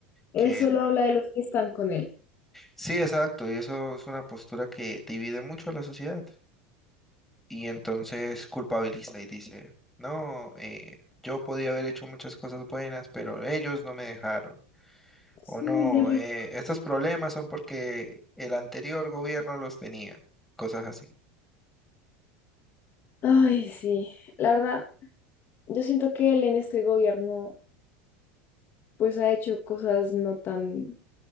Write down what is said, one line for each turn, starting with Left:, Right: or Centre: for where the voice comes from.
Left: Él
Centre: que
Left: solo habla de los que están con él.
Centre: Sí, exacto, y eso es una postura que divide mucho a la sociedad. Y entonces culpabiliza y dice, no, eh, yo podía haber hecho muchas cosas buenas, pero ellos no me dejaron.
Left: Sí,
Centre: O no,
Left: siempre.
Centre: eh, estos problemas son porque el anterior gobierno los tenía. Cosas así.
Left: Ay, sí. La verdad, yo siento que él en este gobierno, pues ha hecho cosas no tan